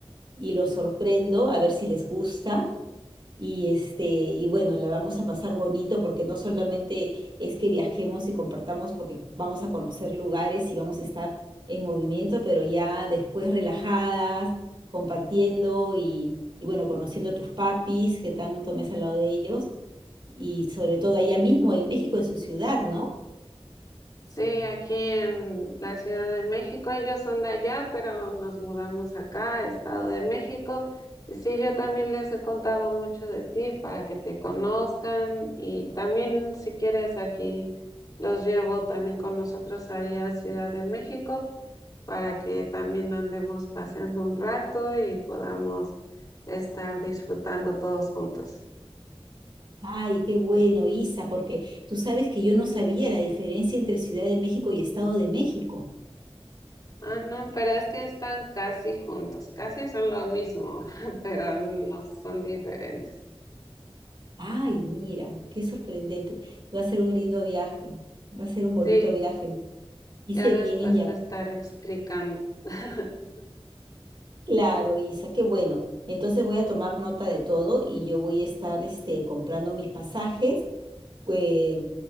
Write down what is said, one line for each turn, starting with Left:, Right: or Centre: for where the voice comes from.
Right: y los sorprendo a ver si les gusta. Y este, y bueno, la vamos a pasar bonito porque no solamente es que viajemos y compartamos porque vamos a conocer lugares y vamos a estar en movimiento, pero ya después relajadas, compartiendo y, y bueno, conociendo a tus papis que tanto me has hablado de ellos y sobre todo allá mismo en México, en su ciudad, ¿no?
Left: Sí, aquí en la Ciudad de México, ellos son de allá, pero nos mudamos acá, Estado de México. Y sí, yo también les he contado mucho de ti para que te conozcan y también si quieres aquí los llevo también con nosotros ahí a Ciudad de México para que también andemos paseando un rato y podamos estar disfrutando todos juntos.
Right: Ay, qué bueno, Isa, porque tú sabes que yo no sabía la diferencia entre Ciudad de México y Estado de México.
Left: Ah, no, pero es que están casi juntos, casi son los mismos, <laughs> pero no son diferentes.
Right: Ay, mira, qué sorprendente. Va a ser un lindo viaje, va a ser un bonito
Left: Sí,
Right: viaje. Hice
Left: ya después
Right: bien en llamar.
Left: te estaré explicando. <laughs>
Right: Claro, Isa, qué bueno. Entonces voy a tomar nota de todo y yo voy a estar este, comprando mis pasajes eh,